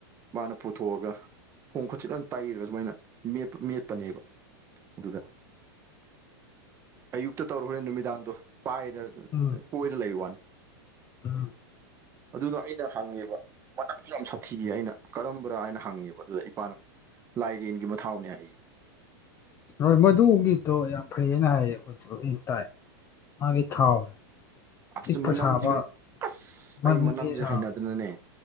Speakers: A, on the right; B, on the left.
A: ꯃꯥꯅ ꯄꯨꯊꯣꯛꯑꯒ ꯈꯣꯡ ꯈꯨꯠꯁꯦ ꯂꯣꯏ ꯇꯩꯔꯒ ꯁꯨꯃꯥꯏꯅ ꯃꯦꯠꯄ ꯃꯦꯠꯄꯅꯦꯕ ꯑꯗꯨꯗ ꯑꯌꯨꯛꯇ ꯇꯧꯔꯣ ꯅꯨꯃꯤꯗꯥꯡꯗꯣ ꯄꯥꯏꯔ
B: ꯎꯝ ꯎꯝ
A: ꯀꯣꯏꯔ ꯂꯩ ꯋꯥꯅꯤ
B: ꯎꯝ
A: ꯑꯗꯨꯗꯣ ꯑꯩꯅ ꯍꯪꯉꯦꯕ ꯃꯅꯝꯁꯨ ꯌꯥꯝ ꯁꯥꯊꯤꯌꯦ ꯑꯩꯅ ꯀꯔꯝꯕ꯭ꯔꯥ ꯍꯥꯏꯅ ꯍꯪꯉꯦꯕ ꯑꯗꯨꯗ ꯏꯄꯥꯥꯅ ꯂꯥꯏꯔꯦꯟꯒꯤ ꯃꯊꯥꯎꯅꯦ ꯍꯥꯏꯌꯦ꯫
B: ꯍꯣꯏ ꯃꯗꯨꯒꯤꯗꯣ ꯌꯥꯝ ꯐꯩꯌꯦꯅ ꯍꯥꯏꯌꯦ ꯑꯩꯈꯣꯏꯁꯨ ꯎꯝ ꯇꯥꯏ ꯃꯥꯒꯤ ꯊꯥꯎ
A: ꯑꯁ
B: ꯆꯤꯛꯄ
A: ꯃꯅꯝꯊꯤꯕꯅ
B: ꯁꯥꯕ
A: ꯑꯁ
B: ꯃꯅꯨꯡꯗꯤ
A: ꯑꯩ ꯃꯅꯝꯖꯦ ꯍꯩꯅ
B: ꯑꯥ
A: ꯗꯨꯅꯅꯦ